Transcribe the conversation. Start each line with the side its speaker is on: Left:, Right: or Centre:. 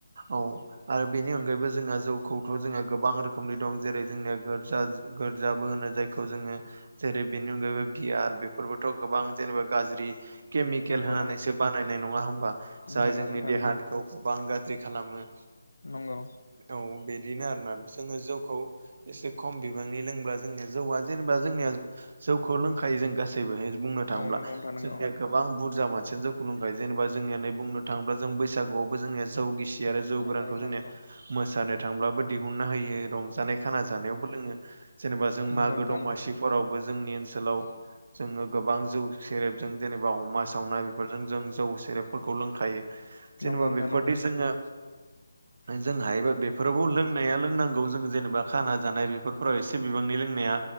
Right: औ आरो बेनि अनगायैबो जोंहा जौखौथ' जोंहा गोबां रोखोमनि दं जेरै जोंनिया गोरजा गोरजाबो होनो जाय खौ जोङो जेरै बेनि अनगायैबो बियार बेफोरबोथ' गोबां जेनेबा गाज्रि केमि
Left: नंगौ
Right: केल होनानैसो
Left: नंगौ
Right: बानायनाय नङा ओमबा जाय
Left: नंगौ
Right: जोंनि
Left: नोंथां
Right: देहाखौ
Left: नंगौ
Right: गोबां गाज्रि खालामो
Left: नंगौ
Right: औ बिदिनो आरोना जोङो जौखौ एसे खम बिबांनि लोंब्ला जोंनि जौवा जेनेबा जोंनिया जौखौ लोंखायो जों गासैबोहाय बुंनो थाङोब्ला
Left: औ नंगौ नोंथां नंगौ
Right: जोंनिया गोबां बुरजा मानसियानो जौखौ लोंबाय जेनेबा जोंनिया नै बुंनो थाङोब्ला जों बैसागुआवबो जोंनिया जौ गिसि आरो
Left: नंगौ
Right: जौ गोरानखौ
Left: नोंथां
Right: जोंनिया
Left: नंगौ
Right: मोसानो थांब्लाबो दिहुननो होयो रं जानाय खाना जानायावबो लोङो जेनेबा जों
Left: नंगौ
Right: मागो
Left: नोंथां
Right: दमासि फोरावबो जोंनि ओनसोलाव जोङो गोबां जौ सेरेब ज' जेनेबा अमा सावनाय बेफोरजों जों जौ सेरेबफोरखौ लोंखायो
Left: नंगौ नोंथां नंगौ
Right: जेनेबा
Left: नोंथां
Right: बेफोरदि
Left: नंगौ
Right: जोङो जों हायोबा बेफोरावबो लोंनाया लोंनांगौ जों जेनेबा खाना जानाय बेफोर फोराव एसे बिबांनि लोंनाया